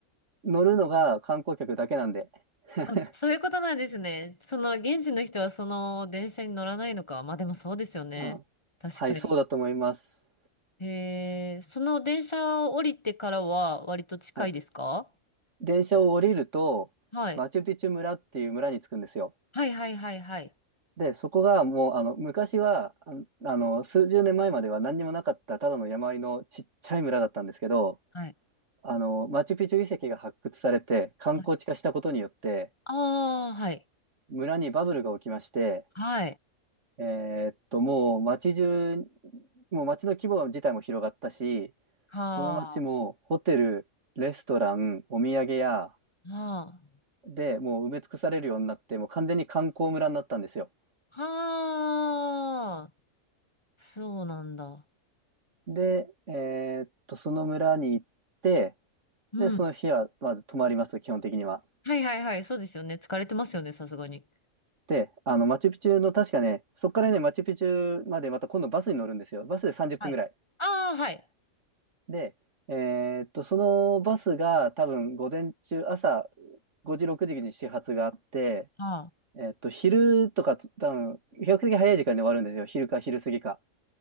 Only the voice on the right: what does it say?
う乗るのが観光客だけなんで。<laughs>
うん。
はい、そうだと思います。
はい。電車を降りると、
マチュピチュ村っていう村に着くんですよ。
で、そこがもう、あの、昔は、ああの、数十年前までは何にもなかった、ただの山あいのちっちゃい村だったんですけど、
あの、マチュピチュ遺跡が発掘されて、観光地化したことによって、
村にバブルが起きまして、
えーっと、もう街中、もう街の規模自体も広がったし、
その街もホテル、レストラン、お土産屋
でもう埋め尽くされるようになって、もう完全に観光村になったんですよ。
で、えーっと、その村に行って、
で、その日はまず泊まります、基本的には。
で、あの、マチュピチュの確かね、そこからね、マチュピチュまでまた今度バスに乗るんですよ。バスで30分ぐらい。
で、えーっと、そのバスが多分午前中、朝5時、6時に始発があって、
えーっと、昼とかつ多分、比較的早い時間で終わるんですよ。昼か昼過ぎか。